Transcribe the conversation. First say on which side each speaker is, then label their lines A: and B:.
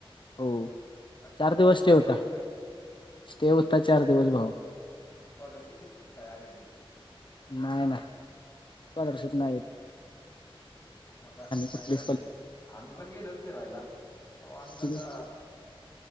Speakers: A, on the left (about 55°); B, on the left (about 30°).
A: हो
B: काय स्कॉलरशिप
A: चार दिवस स्टे
B: आलेली
A: होता...
B: काय
A: स्टे होतताात चार दिवस भाऊ..
B: स्कॉलरशिपच काय आलेली तुला..
A: नाही नाही स्कॉलरशिप
B: काय
A: नाही भेटली...
B: बाबा काय
A: कुठली
B: चाललंय आम्ही पण गेलल फिरायला... त आम्ही
A: स्कॉलरशिप
B: कसा.....